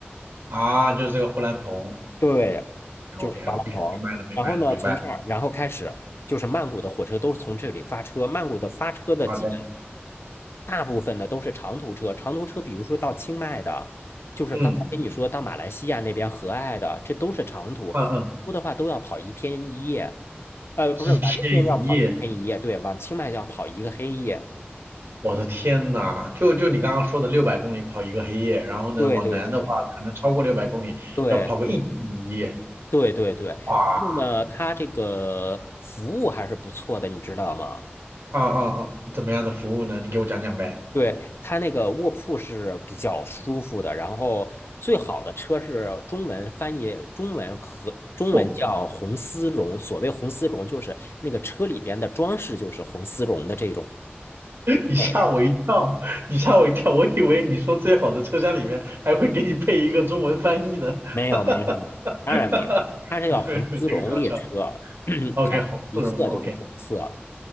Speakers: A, on the right; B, on the left.
A: <laughs> 啊，就是这个呼兰鹏。
B: 对，就是巴兰蓬，
A: OK OK，明白了明白了明白了。
B: 然后呢，从这儿，然后开始就是曼谷的火车都是从这里发车。曼谷的发车的基本
A: 好的，
B: 大部分的都是长途车，长途车比如说到清迈的，就是刚才跟你说到马来西亚那边和爱的，
A: 嗯
B: 这都是长途，
A: 嗯嗯，
B: 多的话都要跑一天一夜。呃，
A: 几天一夜，
B: 不是，往这边要跑一天一夜，对，往清迈要跑一个黑夜。
A: 我的天呐，就就你刚刚说的六百公里跑一个黑夜，然后呢往南的话可能超过六百公里要跑个一天一夜。
B: 对对对对对对对。
A: 哇，
B: 然后呢，它这个服务还是不错的，你知道吗？
A: 啊啊啊，怎么样的服务呢？你给我讲讲呗。
B: 对，它那个卧铺是比较舒服的，然后最好的车是中文翻译，中文和中文叫红丝绒。
A: <laughs>
B: 所谓红丝绒，就是那个车里边的装饰就是红丝绒的这种
A: 你吓我一跳，
B: 美的。
A: 你吓我一跳，我以为你说最好的车厢里面还会给你配一个中文翻译呢，
B: 没有，
A: <laughs> 哈哈
B: 没有，没有，当然没有，
A: 哈
B: 它是叫红丝绒列车，
A: 没没这个搞笑。
B: <clears throat>
A: OK，
B: 它一色就是红色。
A: 红丝绒，OK，